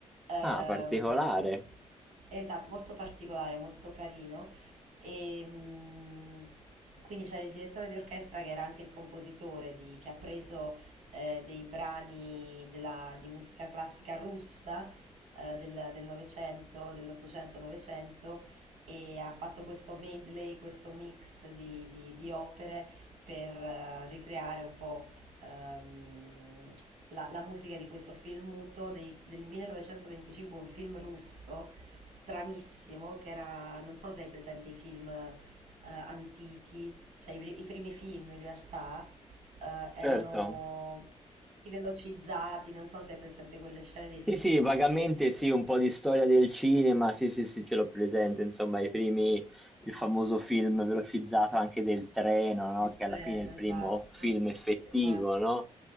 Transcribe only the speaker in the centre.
Ah, particolare,
certo.
Sì, sì,
vagamente
sì, un po' di storia del cinema, sì, sì, sì, ce l'ho presente, insomma, i primi, il famoso film velocizzato anche del treno, no?
Che
alla fine è il primo
film effettivo,
no?